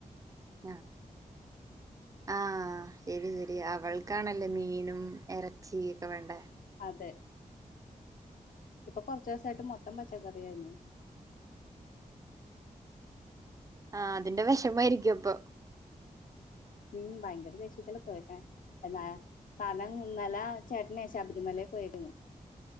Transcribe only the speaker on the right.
ആഹ് ആഹ് ശരി ശ രി അവൾക്കാണല്ലേ മീനും ഇറച്ചി ഒക്കെ വേണ്ടേ
ആഹ് അതിന്റെ വിഷമ ആയിരിക്കും അപ്പൊ